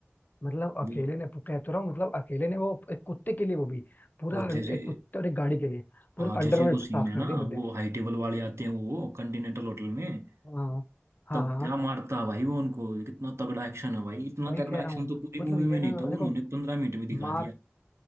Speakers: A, on the left; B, on the right.
A: मतलब अकेले
B: ये-
A: ने कह तो रहा हूँ मतलब अकेले ने वो एक कुत्ते के लिए वो भी पूरा
B: और
A: अं-
B: जैसे
A: एक कुत्ते और एक गाड़ी के लिए पूरा
B: हाँ
A: अंडरवर्ल्ड
B: जैसे वो
A: साफ
B: सीन है
A: कर
B: ना
A: दिया बंदे
B: वो
A: ने
B: हाई टेबल वाले आते हैं वो कंटिनेंटल होटल में
A: हाँ हाँ
B: तब
A: हाँ
B: क्या मारता भाई वो उनको कितना तगड़ा एक्शन है भाई इतना
A: वही
B: तगड़ा
A: कह
B: एक्शन
A: रहा हूँ
B: तो पूरी
A: मतलब
B: मूवी
A: ये
B: में नहीं
A: ना
B: था
A: देखो
B: उन्होंने पंद्रह मिनट में दिखा
A: मार
B: दिया